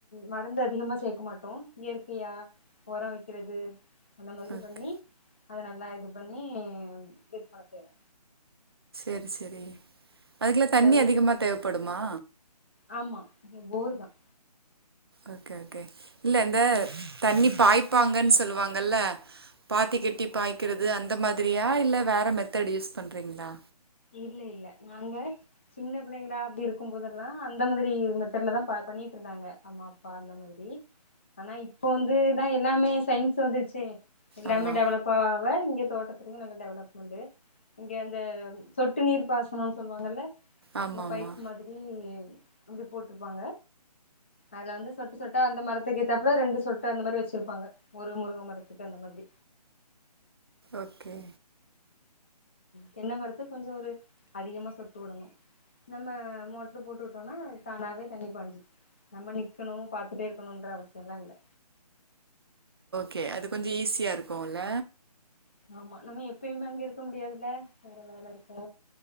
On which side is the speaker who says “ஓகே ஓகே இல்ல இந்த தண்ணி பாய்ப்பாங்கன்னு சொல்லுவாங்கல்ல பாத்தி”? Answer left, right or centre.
Right